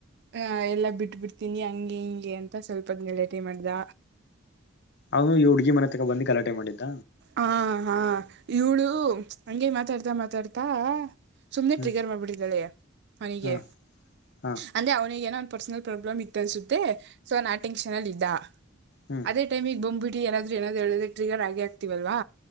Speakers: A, on the right; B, on the left.
A: ಅ ಎಲ್ಲಾ ಬಿಟ್ ಬಿಡ್ತೀನಿ ಹಂಗೆ ಹಿಂಗೆ ಅಂತ ಸ್ವಲ್ಪ ಹೊತ್ತ್ ಗಲಾಟೆ ಮಾಡ್ದ
B: ಅವನು ಈ ಹುಡಗಿ ಮನೆ ತಗ ಬಂದು ಗಲಾಟೆ ಮಾಡಿದ್ದ.
A: ಹಾ ಹಾ ಇವಳು ಹಂಗೆ ಮಾತಾಡ್ತಾ ಮಾತಾಡ್ತಾ ಸುಮ್ನೆ
B: ಹ್ಮ್
A: ಟ್ರಿಗರ್ ಮಾಡ್ಬಿಟ್ಟಿದ್ದಾಳೆ ಅವನಿಗೆ
B: ಹ ಹ
A: ಅಂದ್ರೆ ಅವನಿಗೆ ಏನೋ ಪರ್ಸನಲ್ ಪ್ರಾಬ್ಲಮ್ ಇತ್ತು ಅನ್ಸುತ್ತೆ ಸೊ ಅವನ್ ಆ ಟೆನ್ಷನ್ ಅಲ್ಲಿ ಇದ್ದ
B: ಹ್ಮ್
A: ಅದೇ ಟೈಮಿಗೆ ಬಂಬ್ಬಟ್ಟ ಯಾರಾದ್ರೂ ಏನಾದ್ರು ಹೇಳಿದ್ರೆ ತ್ರಿಗರ ಆಗೇ ಆಗ್ತತಿವಲ್ವಾ.